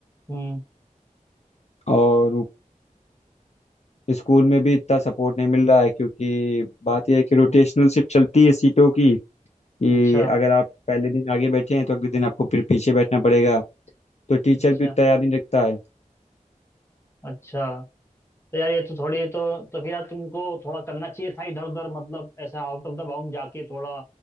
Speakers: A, on the left; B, on the left.
A: हम्म
B: और स्कूल में भी इतना सपोर्ट नहीं मिल रहा है क्योंकि बात यह है कि
A: हम्म,
B: रोटेशनल शिफ्ट चलती है सीटों की कि
A: अच्छा
B: अगर आप पहले दिन आगे बैठे हैं तो अगले दिन आपको फिर पीछे बैठना पड़ेगा तो टीचर
A: अच्छा
B: भी उतना याद नहीं रखता है
A: अच्छा तो यार ये तो थोड़ी तो तो फिर यार तुमको थोड़ा करना चाहिए था इधर उधर मतलब ऐसा आउट ऑफ द बाउंड जाके थोड़ा